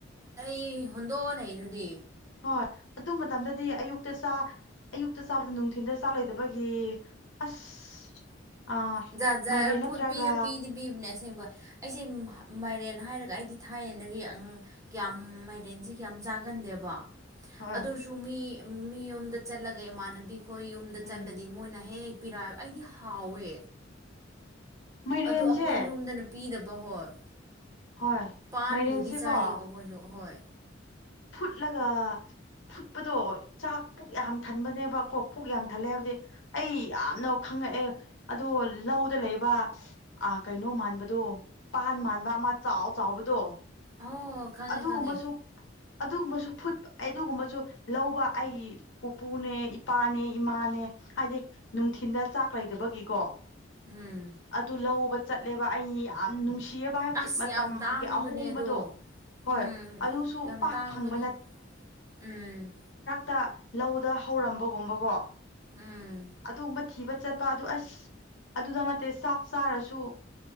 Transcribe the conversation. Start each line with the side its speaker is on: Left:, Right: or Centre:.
Right: ꯑꯩ ꯍꯣꯟꯗꯣꯛꯑꯣ ꯂꯩ ꯑꯗꯨꯗꯤ
Left: ꯍꯣꯏ ꯑꯗꯨ ꯃꯇꯝꯗꯗꯤ ꯑꯌꯨꯛꯇ ꯆ ꯑꯌꯨꯛꯇ ꯆꯥꯕꯗ ꯅꯨꯡꯊꯤꯜꯗ ꯆꯥꯛ ꯂꯩꯗꯕꯒꯤ ꯑꯁ
Right: <unintelligible>
Left: ꯑꯥ
Right: ꯖꯥ ꯖꯥꯔ
Left: ꯃꯥꯏꯔꯦꯟ
Right: ꯐꯨꯠ
Left: ꯅꯠꯇ꯭ꯔꯒ
Right: ꯄꯤꯔ ꯄꯤꯗꯤ ꯄꯤꯕꯅꯦ ꯑꯁꯦꯡꯕ ꯑꯩꯁꯦ ꯃꯥꯏꯔꯦꯟ ꯍꯥꯏꯔꯒ ꯑꯩꯗꯤ ꯊꯥꯏꯌꯦꯅꯒꯤ ꯀꯌꯥꯝ ꯃꯥꯏꯔꯦꯟꯁꯦ ꯀꯌꯥꯝ ꯆꯥꯒꯟꯗꯦꯕ
Left: ꯍꯣꯏ
Right: ꯑꯗꯨꯁꯨ ꯃꯤ ꯃꯤ ꯌꯣꯝꯗ ꯆꯠꯂꯒ ꯏꯃꯥꯟꯅꯕꯤ ꯍꯣꯏ ꯌꯨꯝꯗ
Left: ꯎꯝ
Right: ꯆꯠꯂꯗꯤ ꯃꯣꯏꯅ ꯍꯦꯛ ꯍꯦꯛ ꯄꯤꯔꯛꯑꯕ ꯑꯩꯗꯤ ꯍꯥꯎꯋꯦ
Left: ꯃꯥꯏꯔꯦꯟꯁꯦ
Right: ꯑꯗꯨ ꯑꯩꯈꯣꯏ ꯌꯨꯝꯗꯅ ꯄꯤꯗꯕ ꯍꯣꯏ
Left: ꯍꯣꯏ
Right: ꯄꯥꯟꯕꯨꯗꯤ
Left: ꯃꯥꯏꯔꯦꯟꯁꯦꯀꯣ
Right: ꯆꯥꯏꯌꯦꯀꯣ ꯑꯩꯈꯣꯏꯁꯨ ꯍꯣꯏ
Left: ꯐꯨꯠꯂꯒ ꯐꯨꯠꯄꯗꯣ ꯆꯥꯛ ꯄꯨꯛ ꯌꯥꯝ ꯊꯟꯕꯅꯦꯕꯀꯣ ꯄꯨꯛ ꯌꯥꯝ ꯊꯜꯂꯦ ꯍꯥꯏꯕꯗꯤ ꯑꯩ ꯌꯥꯝꯅꯪ ꯪꯉꯛꯑꯦ ꯑꯗꯣ ꯂꯧꯗ ꯂꯩꯕ ꯀꯩꯅꯣ ꯃꯥꯟꯕꯗꯣ ꯄꯥꯟ ꯃꯥꯟꯕ ꯑꯃ ꯆꯥꯎ ꯆꯥꯎꯕꯗꯣ
Right: ꯑꯣ ꯈꯪꯉꯦ
Left: ꯑꯗꯨꯒꯨꯝꯕꯁꯨ
Right: ꯈꯪꯉꯦ
Left: ꯑꯗꯨꯒꯨꯝꯕꯁꯨ ꯐꯨꯠ ꯑꯗꯨꯒ ꯑꯗꯨꯒꯨꯝꯕꯁꯨ ꯂꯧꯕ ꯑꯩꯒꯤ ꯄꯨꯄꯨꯅꯦ ꯏꯄꯥꯅꯦ ꯏꯃꯥꯅꯦ ꯅꯦ ꯍꯥꯏꯗꯤ ꯅꯨꯡꯊꯤꯟꯗ ꯆꯥꯛ ꯂꯩꯇꯕꯒꯤꯀꯣ
Right: ꯎꯝ
Left: ꯑꯗꯨ ꯂꯧꯕ ꯆꯠꯂꯦꯕ ꯑꯩ ꯌꯥꯝ ꯅꯨꯡꯁꯤ ꯊꯤꯕ ꯍꯥꯏꯕꯗꯤ
Right: ꯑꯁ
Left: ꯃꯇꯝꯒꯤ
Right: ꯌꯥꯝ ꯇꯥꯡꯕꯅꯦ
Left: ꯑꯍꯣꯡꯕꯗꯣ
Right: ꯑꯗꯣ
Left: ꯍꯣꯏ
Right: ꯎꯝ
Left: ꯑꯗꯨꯁꯨ
Right: ꯌꯥꯝ
Left: ꯄꯥꯛ
Right: ꯇꯥꯡꯕꯅꯦ
Left: ꯐꯪꯕ
Right: ꯎꯝ
Left: ꯇ ꯂꯧꯗ ꯍꯧꯔꯝꯕꯒꯨꯝꯕꯒꯣ
Right: ꯎꯝ
Left: ꯑꯗꯨꯒꯨꯝꯕ ꯊꯤꯕ ꯆꯠꯄ ꯑꯗꯨ ꯑꯁ ꯑꯗꯨꯗ ꯅꯠꯇꯦ ꯆꯥꯛ ꯆꯥꯔꯁꯨ